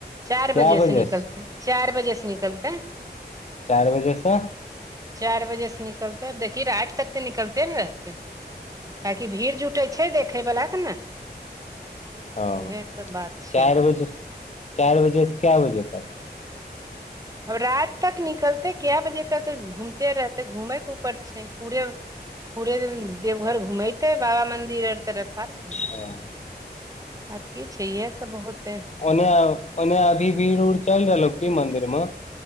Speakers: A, on the right; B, on the left.
A: चार
B: कए
A: बजे
B: बजेसँ
A: से निकलतै चार बजे से निकलतै
B: चारि बजेसँ
A: चारि बजे से निकलतेै अब देखी राति तक तऽ निकलतै ने रहतै काहेकि भीड़ जुटै छै देखै बला के ने
B: हँ
A: उहे सब बात छै
B: चारि बजे से चारि बजे से कै बजे तक
A: अब राति तक निकलते कै बजे तक घूमिते रहतै घूमेै के ऊपर छै पूरे पूरे देवघर घुमैतेै बाबा मन्दिर आर तरफ आर की
B: आ <inaudible>
A: आर की छै इएह सब होतै
B: ओन्ने ओन्ने अभी भीड़ उड़ चलि रहलौ की मंदिर मे